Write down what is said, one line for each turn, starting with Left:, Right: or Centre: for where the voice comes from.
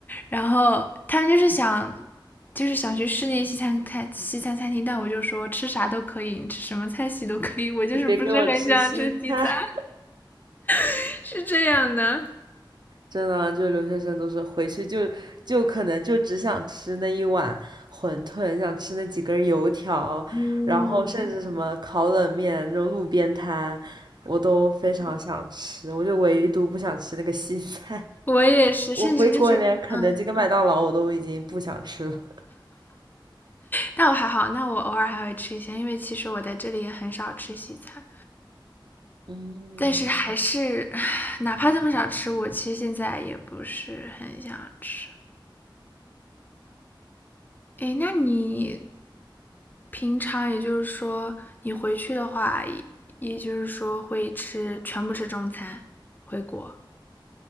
Left: 然后他们就是想，就是想去室内西餐餐西餐餐厅，但我就说吃啥都可以，你吃什么菜系都可以，我就是不是很想吃西餐，
Right: 就别给我吃西餐。
Left: <laughs> 是这样的。
Right: 真的，就留学生都是回去就就可能就只想吃那一碗馄饨，想吃那几根油条，
Left: 嗯，
Right: 然后甚至什么烤冷面那种路边摊，我都非常想吃，我就唯独不想吃那个西餐。
Left: 我也是，
Right: <laughs> 我回国连肯德基跟麦当劳我都已经不想吃了。
Left: 甚至就是，嗯，但我还好，那我偶尔还会吃一些，因为其实我在这里也很少吃西餐，
Right: 嗯，
Left: 但是还是，<sighs> 哪怕这么少吃，我其实现在也不是很想吃。诶，那你平常也就是说，你回去的话，也也就是说会吃，全部吃中餐，回国。